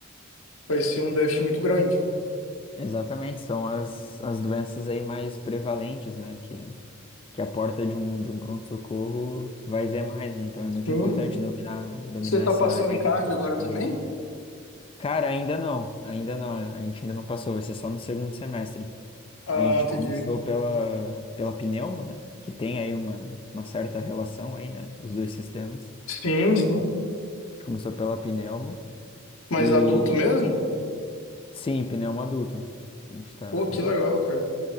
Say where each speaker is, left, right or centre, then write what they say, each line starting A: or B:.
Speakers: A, on the left; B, on the left.
A: vai ser um déficit muito grande.
B: Exatamente, são as, as doenças aí mais prevalentes, né? Que que a porta de um, de um pronto-socorro vai ver mais, né? Então é muito
A: Sim.
B: importante dominar, dominar
A: Você tá
B: essa
A: passando
B: área
A: em
B: aí
A: cardio
B: da
A: agora também?
B: cardiologia. Cara, ainda não, ainda não, a gente ainda não passou, vai ser só no segundo semestre.
A: Ah,
B: A gente
A: entendi.
B: começou pela, pela pneumo, né? Que tem aí uma, uma certa relação aí, né? Os dois sistemas.
A: Sim, sim.
B: A gente começou pela pneumo
A: Mas
B: e
A: adulto mesmo?
B: sim, pneumo adulto. A gente tá.
A: Pô, que legal, cara.